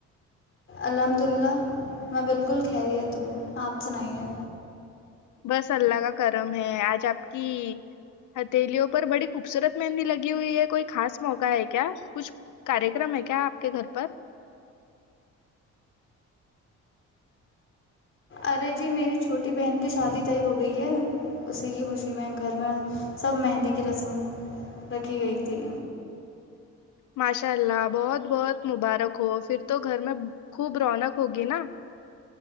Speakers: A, on the left; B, on the left.
A: الحمد للہ میں بالکل خیریت ہوں آپ سنائیے
B: بس اللہ کا کرم ہے آج آپ کی ہتھیلیوں پر بڑی خوبصورت مہندی لگی ہوئی ہے کوئی خاص موقع ہے کیا کچھ کار کررم ہے کیا آپ کے گھر پر
A: ارے جی میری چھوٹی بہن کی شادی طے ہو گئی ہے اسی کی خوشی میں گھر میں سب مہندی کی رسم رکھی گئی تھی
B: ماشاء اللہ بہت بہت مبارک ہو پھر تو گھر میں خوب رونق ہوگی نا